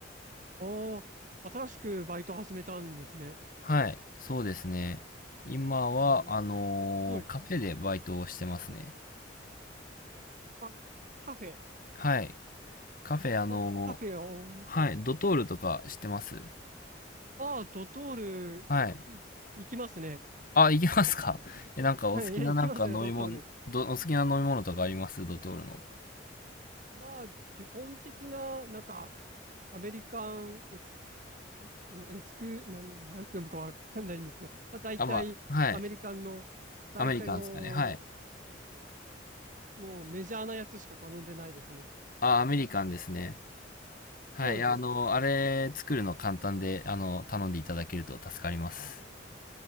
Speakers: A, on the right (about 45°); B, on the left (about 50°).
A: おー、新しくバイト始めたんですね。
B: はい、そうですね。今は、
A: おー、
B: あの、
A: はい。
B: カフェでバイトをしてますね。
A: あ、カフェ。
B: はい。カフェ、あの、
A: あ、カフェを。
B: はい、ドトールとか知ってます
A: あー、ドトール、
B: はい。
A: い、行きますね。
B: あ、行けますかえ、なんかお好きななんか飲み物、
A: はい、<laughs> 行きますね、ドトール。
B: ど、お好きな飲み物とかありますドトールの。
A: まあ、基本的な、なんか、アメリカンエクス、えエスク、なん、なんて読むかわかんないんですけど、まあ、大体、
B: あ、まあ、はい。
A: アメリカンの、大体の、
B: アメリカンですかね。はい。
A: もうメジャーなやつしか頼んでないですね。
B: あ、アメリカンですね。はい。
A: そうですね。
B: あの、あれ作るの簡単で、あの、頼んでいただけると助かります。